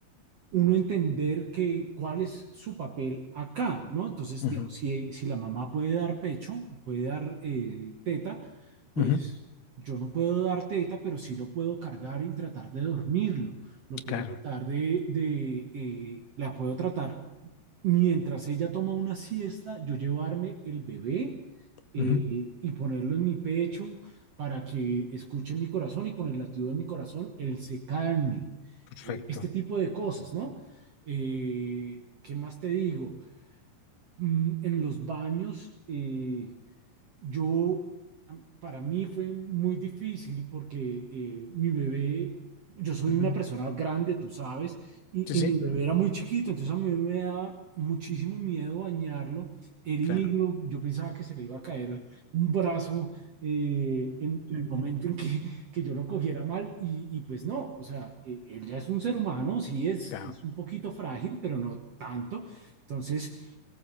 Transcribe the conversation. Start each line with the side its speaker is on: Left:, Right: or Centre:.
Right: uno entender que, cuál es su papel acá, ¿no? Entonces,
Left: ujú,
Right: digamos, si, si la mamá puede dar pecho, puede dar eh, teta, pues
Left: ujú,
Right: yo no puedo dar teta, pero sí lo puedo cargar y tratar de dormirlo. Lo puedo
Left: Claro,
Right: tratar de, de eh, la puedo tratar mientras ella toma una siesta, yo llevarme el bebé eh,
Left: ujú,
Right: y ponerlo en mi pecho para que escuche mi corazón y con el latido de mi corazón él se calme
Left: perfecto.
Right: eh, este tipo de cosas, ¿no? Eh, ¿Qué más te digo? Mm, en los baños, eh, yo, para mí fue muy difícil porque eh, mi bebé, yo soy
Left: Ujú.
Right: una persona grande, tú sabes, y,
Left: Sí, sí,
Right: y mi bebé era muy chiquito, entonces a mi bebé me daba muchísimo miedo bañarlo, herirlo,
Left: claro.
Right: yo pensaba que se le iba a caer un brazo eh, en, en el momento en que, que yo lo cogiera mal y, y pues no, o sea, eh, él ya es un ser humano, sí es,
Left: Claro,
Right: es un poquito frágil, pero no tanto, entonces